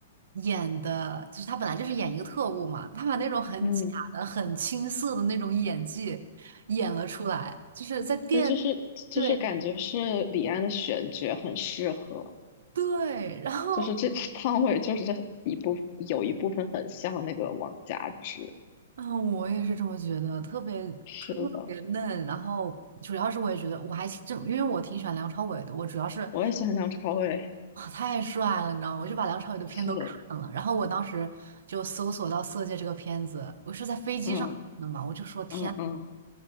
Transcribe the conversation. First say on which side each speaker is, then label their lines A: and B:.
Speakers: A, on the right (about 65°); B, on the left (about 35°).
A: 演的，就是她本来就是演一个特务嘛，她把那种很假的、
B: 嗯，
A: 很青涩的那种演技演了出来，就是在电，
B: 对，就是就是感觉是李安的选角很适合，
A: 对对，然后。
B: 就是这 <laughs> 汤唯就是这一部有一部分很像那个王佳芝。
A: 啊，我也是这么觉得，特别特别嫩。
B: 是的。
A: 然后主要是我也觉得，我还正因为我挺喜欢梁朝伟的，我主要是
B: 我也喜欢梁朝伟，
A: 啊太帅了，你知道吗？我就把梁朝伟的片都看了。
B: 是，
A: 然后我当时就搜索到《色戒》这个片子，我是在飞机上看的嘛，
B: 嗯
A: 我就说天，
B: 嗯嗯，